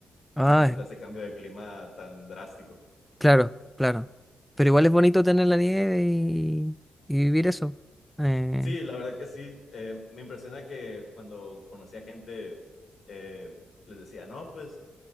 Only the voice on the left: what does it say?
Y se nota ese cambio de clima tan drástico.
Sí, la verdad que sí. Eh, me impresiona que cuando conocía gente, eh, les decía, no, pues